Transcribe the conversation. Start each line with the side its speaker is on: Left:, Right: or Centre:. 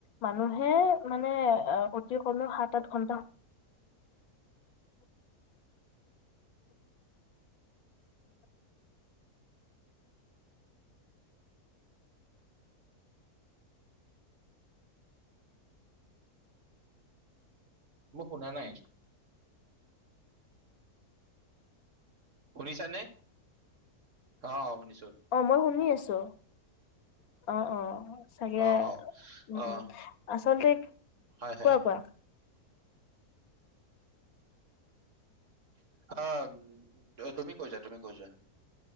Left: মানুহে, মানে অতি কমেও সাত আঠ ঘণ্টা
Right: মই শুনা নাই। শুনিছা নে? অ শুনিছ
Left: মই শুনি আছোঁ। অ', অ', চাগে।
Right: অ অ
Left: উম,
Right: অ
Left: উম। আচলতে
Right: হয় হয়
Left: কোৱা কোৱা।
Right: অ', তুমি কৈ যোৱা, তুমি কৈ যোৱা।